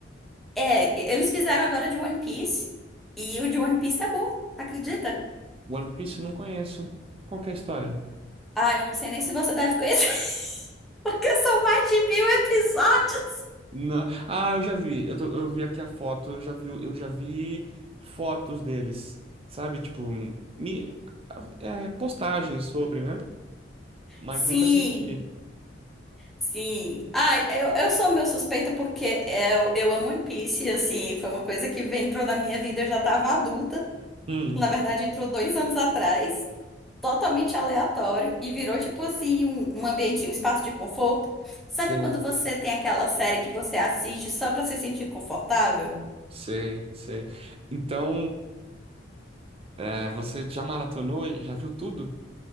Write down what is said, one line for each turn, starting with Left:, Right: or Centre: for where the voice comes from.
Centre: É, e- eles fizeram agora de One Piece, e o de One Piece é bom, acredita?
Right: One Piece eu não conheço. Qual que é a história?
Centre: Ah, eu não sei nem se você deve conhecer, <laughs> porque são mais de mil episódios.
Right: Não. Ah, eu já vi. Eu, tô- eu vi aqui a foto, eu já vi, o- eu já vi fotos deles. Sabe? Tipo, mi- é, postagens sobre, né? Mas
Centre: Sim.
Right: nunca assisti.
Centre: Sim. Ah, eu, eu sou meio suspeita porque eu, eu amo One Piece, e, assim, foi uma coisa que vem- entrou na minha vida, eu já tava adulta.
Right: Hum,
Centre: Na verdade, entrou dois anos atrás, totalmente aleatório, e virou, tipo assim, um, um ambiente, um espaço de conforto. Sabe
Right: sei,
Centre: quando você tem aquela série que você assiste só pra se sentir confortável?
Right: sei, sei. Então, é, você já maratonou? Já viu tudo?